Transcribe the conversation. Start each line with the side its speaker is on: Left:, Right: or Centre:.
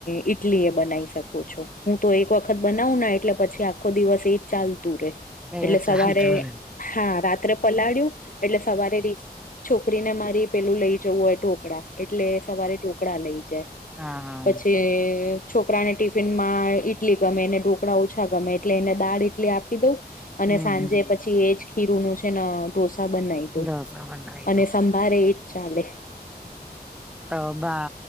Left: ઈટલી એ બનાય શકું છો હું તો એક વખત બનાવું ના એટલે પછી આખો દિવસ એ ચાલતુ રે.
Centre: એ
Left: એટલે
Centre: ચાલતું
Left: સવારે
Centre: રે
Left: હા, રાત્રે પલાળ્યું એટલે સવારે રી છોકરીને મારી પેલું લઈ જવું હોય ઢોકળા. એટલે સવારે ઢોકળા લઈ જાય
Centre: હા હા
Left: પછી છોકરાને ટિફિનમાં ઈટલી ગમે એને ઢોકળા ઓછા ગમે એટલે એને દાળ ઇટલી આપી દઉ. અને
Centre: હમ
Left: સાંજે
Centre: હમ
Left: પછી એજ ખીરુંનું છે ન ઢોસા બનાય દઉ
Centre: ઢોસા બનાવી
Left: અને સમ મારે એજ ચાલે.
Centre: ત બા